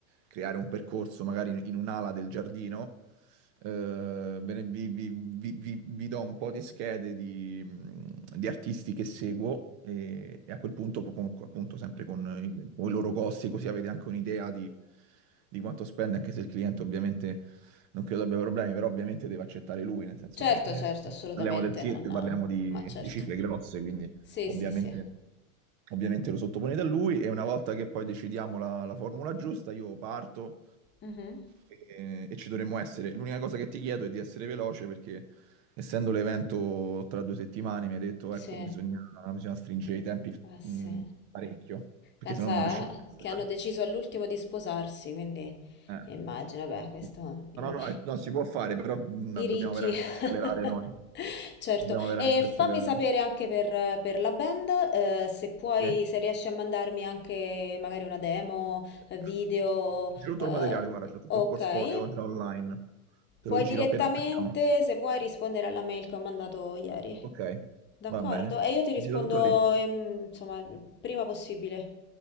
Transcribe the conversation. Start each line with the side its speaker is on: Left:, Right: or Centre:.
Right: creare un percorso magari in, in un'ala del giardino. Eh, bene, vi, vi- vi- vi- vi do un po' di schede di, mm, di artisti che seguo e, e a quel punto, po- con- appunto, sempre con il- con i loro costi, così avete anche un'idea di, di quanto spende, anche se il cliente ovviamente non credo abbia problemi, però ovviamente deve accettare lui, nel senso
Left: Certo,
Right: che eh,
Left: certo, assolutamente
Right: parliamo del circo,
Left: non
Right: parliamo di,
Left: ma certo.
Right: di cifre grosse, quindi...
Left: Sì,
Right: Ovviamente,
Left: sì, sì.
Right: ovviamente lo sottoponete a lui e una volta che poi decidiamo la, la formula giusta, io parto
Left: Mh-mh.
Right: e, e ci dovremmo essere. L'unica cosa che ti chiedo è di essere veloce perché essendo l'evento tra due settimane mi hai detto,
Left: Sì.
Right: ecco, bisogna, bisogna stringere i tempi
Left: Ah
Right: mh,
Left: sì.
Right: parecchio, perché
Left: Pensa,
Right: sennò non riusciamo
Left: eh,
Right: a cancellare.
Left: che hanno deciso all'ultimo di sposarsi, quindi
Right: Eh.
Left: immagino, beh, questo
Right: sì, sì.
Left: i,
Right: No, no, no, eh, no, si può fare, però mh,
Left: i
Right: dobbiamo
Left: ricchi.
Right: veramente
Left: <laughs>
Right: accelerare noi.
Left: Certo.
Right: Dobbiamo veramente
Left: E fammi
Right: accelerare.
Left: sapere anche per, per la band, eh, se puoi,
Right: Sì.
Left: se riesci a mandarmi anche magari una demo,
Right: Perfetto,
Left: eh, video,
Right: sì, sì. Giro tutto
Left: eh,
Right: il materiale, guarda, c'ho tutto
Left: ok.
Right: il portfolio già online. Te
Left: Puoi
Right: lo giro
Left: direttamente,
Right: appena attacchiamo.
Left: se vuoi, rispondere alla mail che ho mandato ieri.
Right: Ok,
Left: D'accordo,
Right: va bene.
Left: e io ti rispondo,
Right: Ti giro tutto lì.
Left: ehm, insomma, prima possibile.